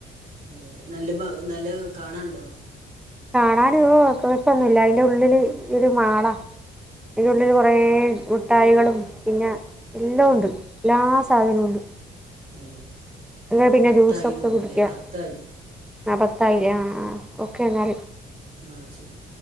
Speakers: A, on the right; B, in the centre.
A: അതെ നല്ല നല്ല കാണണ്ടോ.
B: കാണാന് ഓ കൊഴപ്പന്നുമില്ല അതിന്റെ ഉള്ളില് ഒരു മാളാ അന്റെള്ളില്
A: അതെ
B: കുറെേ. മുട്ടായികളും പിന്നെ എല്ലാം ഉണ്ട് എല്ലാ സാധനവും ഉണ്ട്.
A: അതെ.
B: എന്നാ പിന്നെ
A: പത്തായി
B: ജ്യൂസൊക്കെ
A: തോന്നുന്നു
B: കുടിക്കാം
A: അല്ലേ പത്തായി
B: ആഹ് പത്തായി ആഹ് ആഹ് ഓക്കെ എന്നാൽ.
A: ആഹ് ശരി.